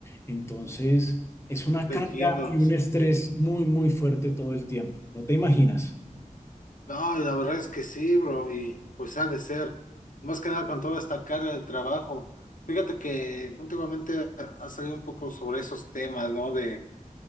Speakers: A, on the left; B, on the left.
A: Entonces, es una
B: Te
A: carga
B: entiendo.
A: y un
B: sí.
A: estrés
B: sí.
A: muy, muy fuerte todo el tiempo. No te imaginas.
B: No, la verdad es que sí, bro, y pues ha de ser, más que nada con toda esta carga de trabajo. Fíjate que últimamente ha salido un poco sobre esos temas, ¿no? De